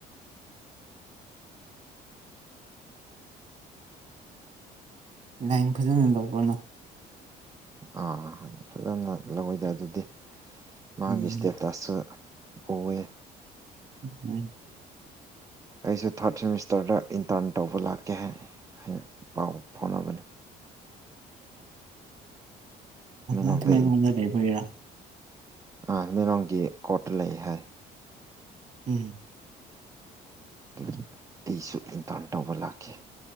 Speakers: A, on the right; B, on the right.
A: ꯂꯥꯏꯟ ꯐꯖꯅ ꯂꯧꯕꯅꯣ
B: ꯑꯥ ꯐꯖꯅ ꯂꯧꯋꯤꯗ ꯑꯗꯨꯗꯤ ꯃꯥꯒꯤ
A: ꯎꯝ
B: ꯏꯁꯇꯦꯇꯁꯁꯨ ꯎꯑ
A: ꯎꯝ
B: ꯑꯩꯁꯨ ꯊꯥꯔꯠ ꯁꯦꯃꯤꯁꯇꯔꯗ ꯏꯟꯇꯔꯟ ꯇꯧꯕ ꯂꯥꯛꯀꯦ ꯍꯥꯏ ꯍꯥꯏ ꯄꯥꯎ ꯐꯥꯎꯅꯕꯅꯤ ꯇꯃꯦꯡꯂꯣꯡꯗ
A: ꯎ ꯑ ꯃ ꯂꯩꯕꯒꯦꯔꯥ
B: ꯑꯃꯦꯔꯣꯡꯒꯤ ꯀꯣꯔꯠꯇ ꯂꯩ ꯍꯥꯏ
A: ꯎꯝ
B: ꯑꯗꯒꯤ ꯑꯩꯁꯨ ꯏꯟꯇꯔꯟ ꯇꯧꯕ ꯂꯥꯛꯈꯤ